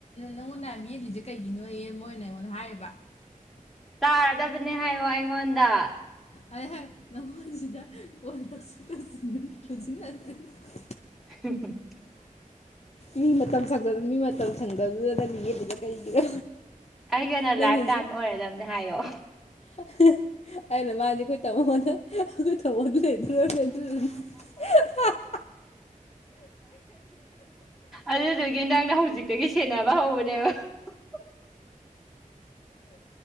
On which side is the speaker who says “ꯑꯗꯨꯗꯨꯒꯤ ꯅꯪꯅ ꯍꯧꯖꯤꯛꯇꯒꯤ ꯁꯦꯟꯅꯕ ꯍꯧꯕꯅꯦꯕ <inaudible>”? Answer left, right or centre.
Centre